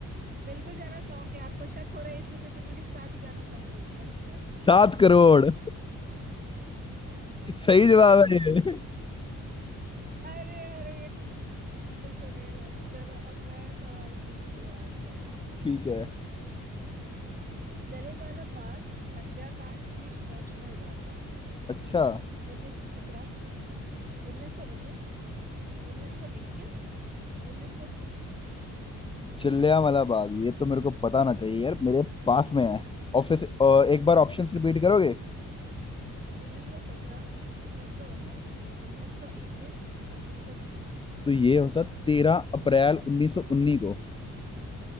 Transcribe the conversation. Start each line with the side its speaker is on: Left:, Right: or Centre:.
Right: बिल्कुल जाना चाहूंगी आपको शक हो रहा है इसलिए जुपिटर के साथ ही जाना चाहूंगी मैं <laughs>
Left: सात करोड़ सही जवाब
Right: अरे
Left: है ये
Right: अरे खुश हो गई मैं चलो अब मैं सवाल पूछती हूँ आपसे हम्म
Left: ठीक है
Right: जलियांवाला बाग हत्याकांड किस वर्ष में हुआ था
Left: अच्छा
Right: उन्नीस सौ सत्रह उन्नीस सौ उन्नीस उन्नीस सौ इक्कीस उन्नीस सौ तीस
Left: जलियांवाला बाग ये तो मेरे को पता ना चाहिए यार मेरे पास में है ऑफिस अ, एक बार ऑप्शंस रिपीट करोगे
Right: उन्नीस सौ सत्रह उन्नीस सौ उन्नीस उन्नीस सौ इक्कीस उन्नीस सौ तीस
Left: तो ये होता तेरह अप्रैल उन्नीस सौ उन्नीस को